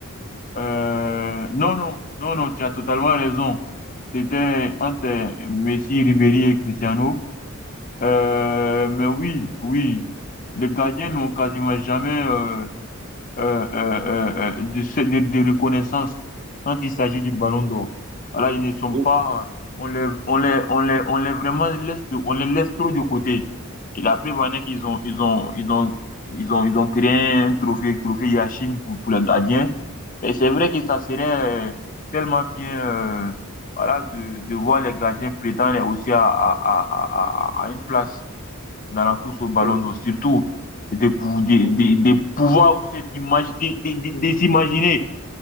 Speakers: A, on the left (about 40°); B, on the right (about 25°).
A: Euh, non, non, non, non, tu as totalement raison. C'était entre euh, Messi, Ribéry et Cristiano. Euh, mais oui, oui, les gardiens n'ont quasiment jamais euh, euh, euh, euh, euh, de, ce- de, de reconnaissance quand il s'agit du Ballon d'Or. Voilà, ils ne sont
B: Oui,
A: pas, on les, on les, on les, on les vraiment laisse, de- on les laisse trop de côté. Et la preuve en est qu'ils ont, ils ont, ils ont, ils ont, ils ont créé un trophée, trophée Yachine pour, pour les gardiens. Mais c'est vrai que ça serait euh, tellement bien, euh, voilà, de, de voir les gardiens prétendre aussi à, à, à, à, à à une place dans la course au ballon
B: euh,
A: d'or, surtout de, pou- de,
B: oui.
A: de, de pouvoir se d'imag- de, de- de- de s'imaginer